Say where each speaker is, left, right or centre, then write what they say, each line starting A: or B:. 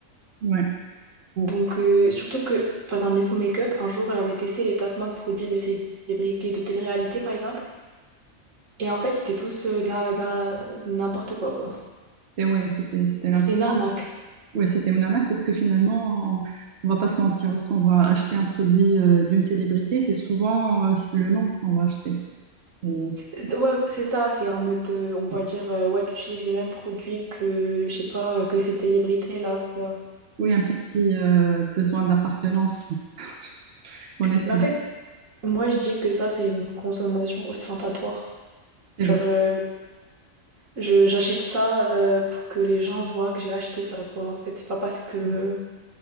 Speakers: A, on the right; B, on the right.
A: Ouais,
B: Donc, euh, surtout que, par exemple, Miss Make-up, un jour, elle avait testé les placements de produits des célébrités de télé-réalité, par exemple. Et en fait, c'était tous euh, de la, de la- n'importe quoi, quoi.
A: c'était ouais, c'était, c'était
B: C'était
A: n'importe
B: une arnaque.
A: Ouais, c'était une arnaque parce que finalement, on va pas se mentir, lorsqu'on va acheter un produit euh, d'une célébrité, c'est souvent euh, le nom qu'on va acheter. Et c'est-
B: Euh, Ouais, c'est ça, c'est en mode, euh, on va dire, euh, ouais, tu utilises le même produit que, je sais pas, euh, que cette célébrité-là, quoi.
A: oui, un petit euh, besoin d'appartenance. <laughs> qu'on est-
B: Mais en fait, moi, je dis que ça, c'est une consommation ostentatoire.
A: C'est
B: Genre,
A: vrai.
B: euh, je, j'achète ça euh, pour que les gens voient que j'ai acheté ça, quoi, en fait. C'est pas parce que...